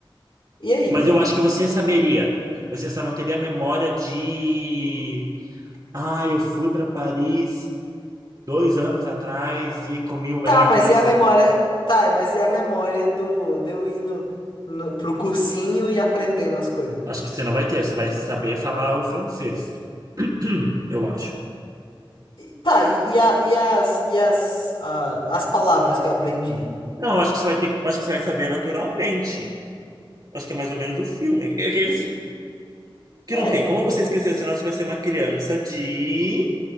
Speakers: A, on the left; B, on the right.
A: E aí?
B: Mas eu acho que você saberia. Você só não teria memória de. Ah, eu fui para Paris dois anos atrás e comi o melhor
A: Tá, mas
B: coração.
A: e a memória? Tá, mas e a memória do de eu ir no, no- pro cursinho e aprendendo as coisas?
B: Acho que você não vai ter, você vai saber falar o francês, <clears throat> eu acho.
A: E- tá, e, e a- e as, e as, a- as palavras que eu aprendi?
B: Não, acho que você vai ter, acho que você vai saber naturalmente. Acho que é mais ou menos o filme. É aqueles que
A: É,
B: não tem como você esquecer, senão você vai ser uma criança de.